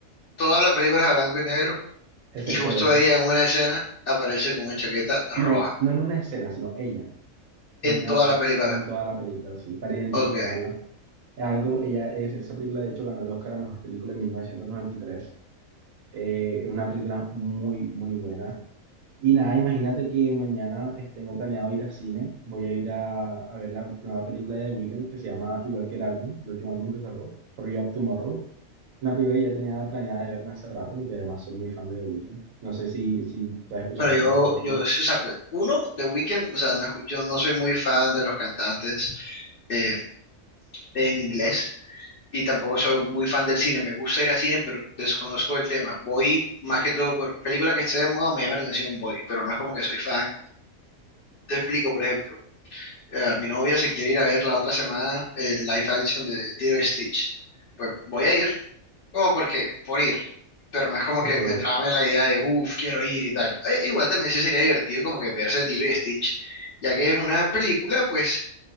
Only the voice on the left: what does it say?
todas las películas a blanco y negro.
Y justo
ella en una escena aparece con una chaqueta roja.
En
toda la película.
Ok.
Bueno,
yo,
yo, o sea, pues, uno, The Weeknd, o sea, no, escu- yo no soy muy fan de los cantantes eh, en inglés y tampoco soy muy fan del cine. Me gusta ir al cine, pero desconozco el tema. Voy más que todo por película que esté de moda o me llama la atención, voy, pero no es como que soy fan. Te explico, por ejemplo, eh, mi novia se quiere ir a ver la otra semana el live action de Tiro Stitch. Pues voy a ir, Como porque, por ir. Pero no es como
que me trame la idea de, uff, quiero ir y tal. Eh, igual también sí sería divertido como que verse Lilo y Stitch, ya que es una película, pues,